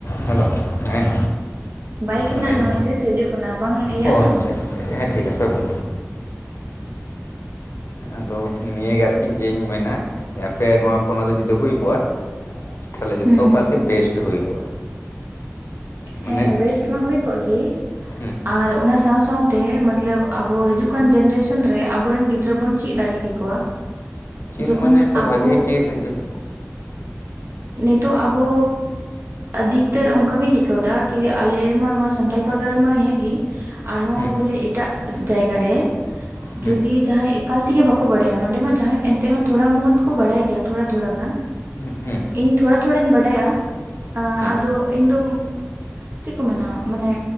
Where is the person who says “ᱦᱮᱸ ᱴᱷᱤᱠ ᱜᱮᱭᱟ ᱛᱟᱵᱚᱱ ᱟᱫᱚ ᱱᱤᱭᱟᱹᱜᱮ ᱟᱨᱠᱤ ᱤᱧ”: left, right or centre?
Left